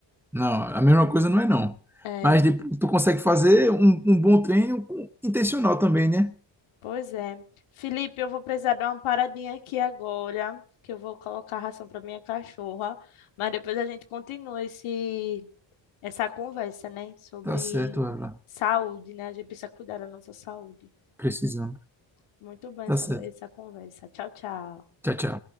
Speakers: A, in the centre; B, on the left (about 85°).
A: Não, a mesma coisa não é não.
B: é
A: Mas de- tu consegue fazer um, um bom treino com- intencional também, né?
B: Pois é. Felipe, eu vou precisar dar uma paradinha aqui agora, que eu vou colocar a ração para minha cachorra, mas depois a gente continua esse essa conversa, né, sobre
A: Tá certo, Evelyn.
B: saúde, né? A gente precisa cuidar da nossa saúde.
A: Precisamos.
B: Muito bem
A: Tá
B: essa,
A: certo.
B: essa conversa. Tchau, tchau.
A: Tchau, tchau.